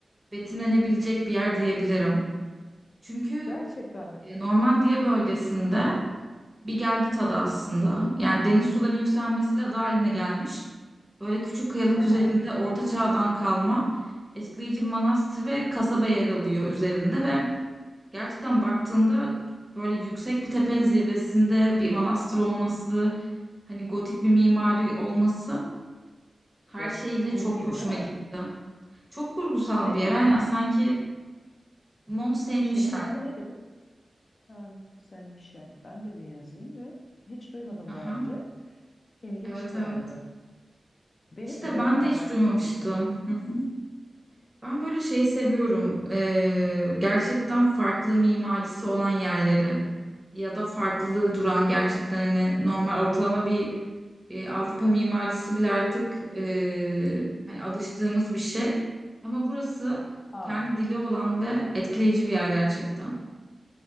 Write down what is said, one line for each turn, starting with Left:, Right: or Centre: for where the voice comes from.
Right: betimlenebilecek bir yer diyebilirim. Çünkü
Left: Gerçekten mi?
Right: e, Normandiya bölgesinde bir gelgit adı aslında. Yani deniz sularının yükselmesiyle ada haline gelmiş. Böyle küçük kayalık
Left: Aa,
Right: üzerinde Orta Çağ'dan kalma etkileyici bir manastır ve kasaba yer alıyor üzerinde ve gerçekten baktığında böyle yüksek bir tepenin zirvesinde bir manastır olması, hani gotik bir mimari olması her
Left: evet.
Right: şeyiyle
Left: Kurgu
Right: çok
Left: gibi
Right: hoşuma
Left: değil mi?
Right: gitti. Çok kurgusal
Left: Ne
Right: bir yer
Left: dedin?
Right: aynen sanki Mont Saint-Michel
Left: Şehrin adı ne dedin? Ha, Mont Saint-Michel. Ben de bir yazayım ve hiç duymadım
Right: Aha,
Left: daha önce. İlginç
Right: evet
Left: geldi.
Right: evet.
Left: Beni
Right: İşte
Left: de böyle
Right: ben
Left: yerler
Right: de hiç duymamıştım.
Left: çok büyüler.
Right: Hı hı. Ben böyle şeyi seviyorum. Ee, gerçekten farklı mimarisi olan yerleri ya da farklı duran gerçekten hani normal ortalama bir e, Avrupa mimarisi bile artık e, hani alıştığımız bir şey. Ama burası
Left: Aa,
Right: kendi dili olan ve etkileyici bir yer gerçekten.